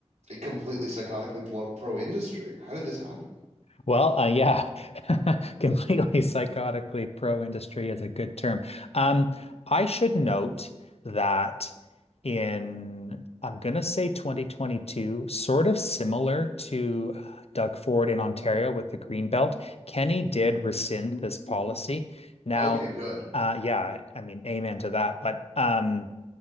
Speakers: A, on the right (about 85°); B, on the left (about 65°).
A: completely psychotically pro, pro industry. How did this happen?
B: Well, uh, yeah, <laughs> completely psychotically pro-industry is a good term. Um, I should note that in, I'm going to say 2022, sort of similar to uh, Doug Ford in Ontario with the Green Belt, Kenny did rescind this policy. Now,
A: Okay, good.
B: uh, yeah, I mean, amen to that. But um,